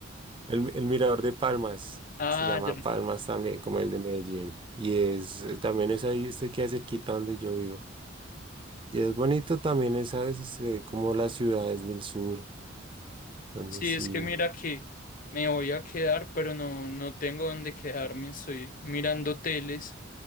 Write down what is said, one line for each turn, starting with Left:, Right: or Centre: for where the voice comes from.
Right: el, el Mirador de Palmas,
Left: ah,
Right: se llama
Left: ya.
Right: Palmas también, como el de Medellín, y es, eh, también es ahí, este queda cerquita donde yo vivo, y es bonito también, es, ¿sabes? Es, eh, como las ciudades del sur, donde
Left: Sí,
Right: sí.
Left: es que mira que me voy a quedar, pero no, no tengo dónde quedarme. Estoy mirando hoteles,